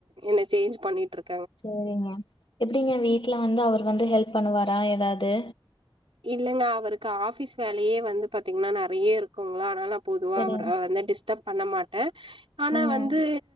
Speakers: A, on the right; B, on the left.
A: என்ன சேஞ்ச் பண்ணிட்டு இருக்
B: சேரிங்க எப்பிடிங்க வீட்ல வந்து அவரு வந்து ஹெல்ப் பண்ணுவாரா எதாவது
A: இல்லங்க அவருக்கு ஆஃபீஸ் வேலையே வந்து பாத்தீங்கன்னா நெறைய இருக்குங்களா ஆனால பொதுவா
B: சரிங்க.
A: அவர வந்து டிஸ்டப் பண்ணமாட்டே ஆனா
B: ம்.
A: வந்து